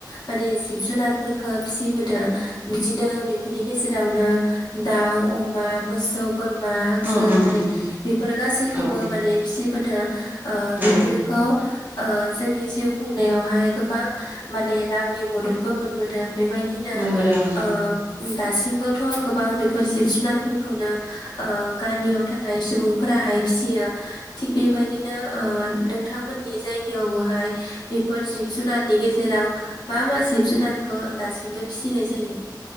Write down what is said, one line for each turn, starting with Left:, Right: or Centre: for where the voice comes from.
Left: माने जिब जुनारफोरखौ फिसिबोदों बिदिनो बेफोरनि गेजेरावनो दाउ अमा मोसौ बोरमा हांसो
Right: उम उम
Left: माने
Right: उम
Left: बेफोरो गासैखौबो
Right: औ
Left: माने फिसिबोदों ओ बेफोरखौ
Right: औ
Left: ओ जोंनि जिउ खुंनायावहाय गोबां माने रांनि मददबो मोनबोदों बेबायदिनो
Right: मोनबोदों ओं
Left: ओ दासिमबोथ गोबां बेफोर जिब जुनारफोरखौनो ओ गामियाव थानाय सुबुंफोराहाय फिसियो थिग बेबायदिनो ओ नोंथांमोननि जायगायावबोहाय बेफोर जिब जुनारनि गेजेराव मा मा जिब जुनारखौ दासिमबो फिसिनाय जायो